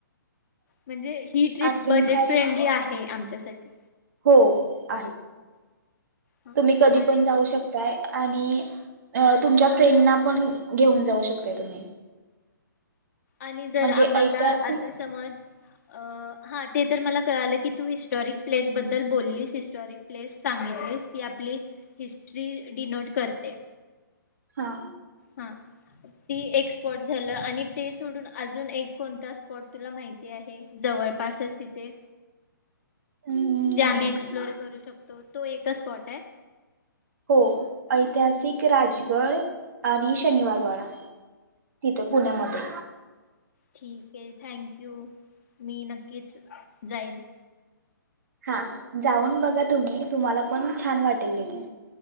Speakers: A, on the left; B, on the right.
A: म्हणजे ही ट्रिप
B: आणखीन
A: बजेट
B: काय
A: फ्रेंडली आहे आमच्या साठी.
B: हो, आहे.
A: हां
B: तुम्ही कधी
A: आणि
B: पण जाऊ शकतायं आणि तुमच्या फ्रेंडनां पण घेऊन जाऊ शकतायं तुम्ही.
A: आणि जर
B: म्हणजे
A: आम्हाला
B: ऐतिहासिक
A: आता समज अ हा ते तर मला कळालं की, तू हिस्टॉरिक प्लेस बद्दल बोललीस, हिस्टॉरिक प्लेस सांगितलीस की आपली हिस्ट्री डिनोट करतेय.
B: हा.
A: हा ती एक स्पॉट झालं आणि ते सोडून अजून एक कोणत स्पॉट तुला माहिती आहे जवळपासच तिथे?
B: हम्म,
A: जे
B: नाही
A: आम्ही एक्सप्लोर करू शकतो? तो एकच स्पॉट हाय?
B: हो ऐतिहासिक राजगड आणि शनिवारवाडा तिथं पुण्यामध्ये.
A: ठीक ये थँक यू. मी नक्कीच जाईन.
B: हा जाऊन बघा तुम्ही, तुम्हाला पण छान वाटेल तिथे.